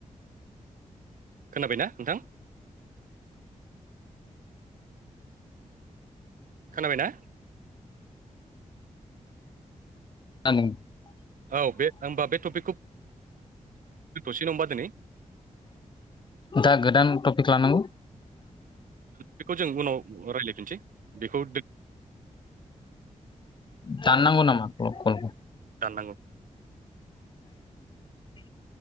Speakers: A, on the right; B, on the left.
A: खोनाबायना नोंथां खोनाबायना
B: <unintelligible>
A: औ बे होमबा बे टपिकखौ दोनथ'सेै <unintelligible> दिनै
B: दा गोदान टपिक लानांगौ
A: बेखौ जों उनाव रायज्लायफिनसै बेखौ
B: दानांगौ नामा कलखौ
A: दाननांगौ
B: <inaudible>